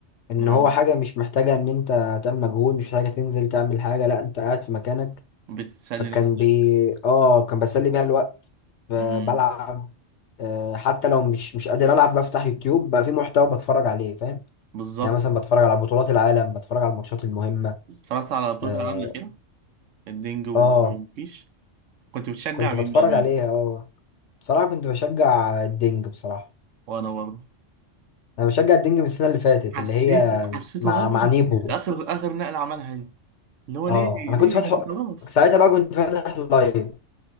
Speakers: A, on the left (about 70°); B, on the right (about 80°).
A: ان
B: اه
A: هو حاجه مش محتاجه ان انت تعمل مجهود مش محتاجه تنزل تعمل حاجه لا انت قاعد في مكانك
B: بتسلي
A: فكان
B: نفسك
A: بي اه كان بسلي بيها الوقت ب-
B: امم
A: بلعب آه، حتى لو مش مش قادر العب بفتح يوتيوب بقى في محتوى بتفرج عليه فاهم
B: بالظبط
A: يعني مثلا بتفرج على بطولات العالم بتفرج على الماتشات المهمه
B: اتفرجت على بطولة
A: اه
B: العالم الأخيرة الدنج وكيش
A: آه،
B: كنت بتشجع
A: كنت
B: مين
A: بتفرج
B: بقى
A: عليها اه بصراحه كنت بشجع الدنج بصراحه
B: وانا برضه
A: انا بشجع الدنج من السنه اللي فاتت
B: حسيته
A: اللي هي
B: حسيته
A: مع
B: غبي
A: مع نيبو
B: اخر اخر نقله عملها دي اللي هو
A: اه
B: ليه
A: انا
B: ليه
A: كنت فاتحه
B: يعني؟ انت خلاص
A: ساعتها بقى كنت فاتح لايف